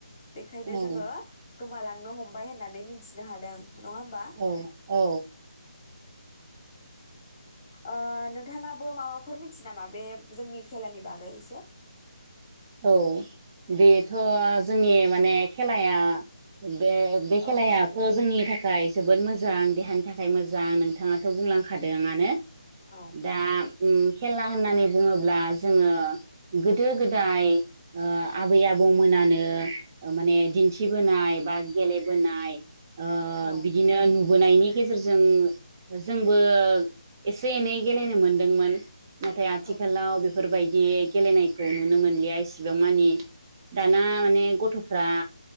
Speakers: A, on the left; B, on the right.
A: बेखायनो जोङो
B: औ
A: गोमालांनो हमबाय होननानै मिथिनो हादों। नङा होमबा।
B: औ औ।
A: ओ नोंथाङाबो माबाफोर मिथि नामा बे जोंनि खेलानि बागै एसे?
B: औ बेथ' जोंनि माने खेलाया बे बे खेलायाथ
A: औ
B: जोंनि थाख थाखाय जोबोद मोजां देहानि थाखाय मोजां नोंथाङाथ बुंलांखादोंआनो।
A: औ
B: दा ओम खेला होननानै बुङोब्ला जोङो गोदो गोद दाय ओ आबै आबौमोनानो माने दिन्थिबोनाय बा गेलेबोनाय ओ
A: औ
B: बिदिनो नु बोनायनि गेजेरजों जोंबो एसे एनै गेलेनो मोनदोंमोन। नाथाय आथिखालाव
A: औ
B: बे फोरबायदि गेलेनाय नुनो मोनलिया इस सेबां मानि दाना माने गथफ्रा